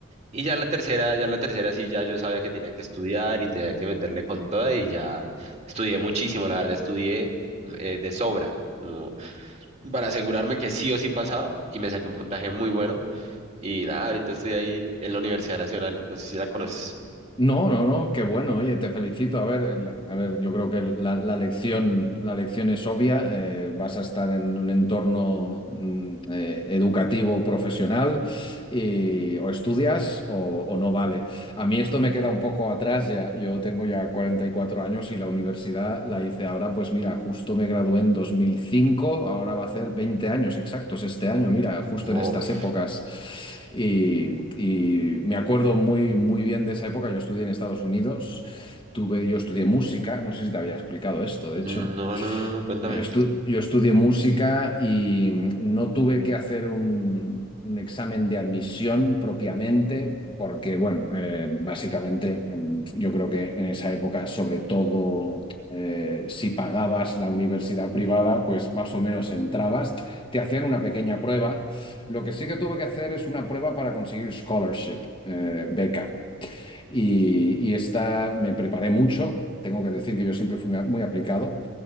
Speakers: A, on the right; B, on the left.
A: Y ya en la tercera, ya en la tercera sí, ya yo sabía que tenía que estudiar y tenía que meterle con toda y ya estudié muchísimo, la verdad, estudié mm, eh, de sobra, como para asegurarme que sí o sí pasaba y me saqué un puntaje muy bueno. Y nada, ahorita estoy ahí en la Universidad Nacional, no sé si la conoces.
B: No, no, no, qué bueno. Oye, te felicito. A ver, la- a ver, yo creo que la, la lección, la lección es obvia. eh, vas a estar en un entorno mm, eh, educativo, profesional, y o estudias o, o no vale. A mí esto me queda un poco atrás ya. Yo tengo ya 44 años y la universidad la hice ahora, pues mira, justo me gradué en dos mil cinco ahora va a hacer 20 años exactos este año, mira, justo
A: Mof.
B: en estas épocas. Y, y me acuerdo muy, muy bien de esa época. Yo estudié en Estados Unidos, tuve, yo estudié música, no sé si te había explicado esto, de
A: No,
B: hecho.
A: no, no, no, no, cuéntame.
B: Estu- yo estudié música y mm, no tuve que hacer un, un examen de admisión propiamente, porque, bueno, eh, básicamente mm, yo creo que en esa época, sobre todo eh, si pagabas la universidad privada, pues más o menos entrabas, te hacían una pequeña prueba. Lo que sí que tuve que hacer es una prueba para conseguir scholarship, eh, beca. Y, y esta me preparé mucho, tengo que decir que yo siempre fui muy aplicado